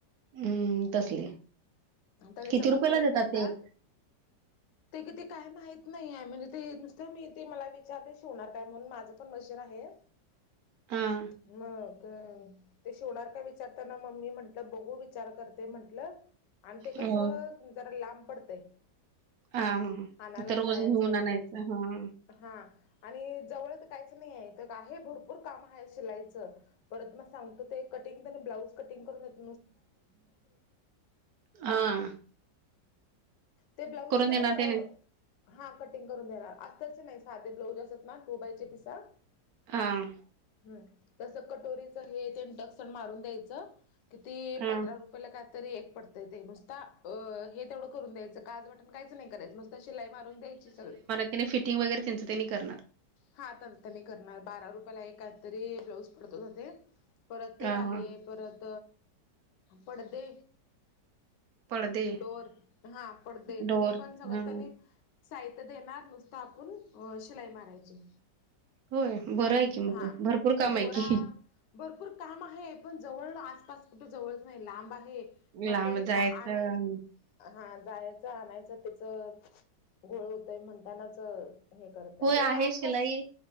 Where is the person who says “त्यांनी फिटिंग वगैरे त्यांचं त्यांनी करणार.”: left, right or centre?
Right